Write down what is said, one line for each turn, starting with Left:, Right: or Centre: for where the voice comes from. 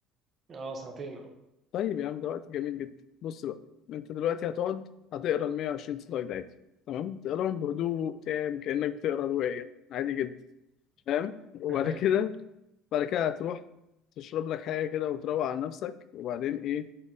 Right: اه ساعتين اه
Left: طيب يا عم ده وقت جميل جدا بص بقى انت دلوقتي هتقعد هتقرا ال 120 سلايد عادي تمام تقراهم بهدوء تام كأنك بتقرا رواية عادي جدا فاهم وبعد
Right: <laughs>
Left: كده بعد كده هتروح تشرب لك حاجة كده وتروق على نفسك وبعدين ايه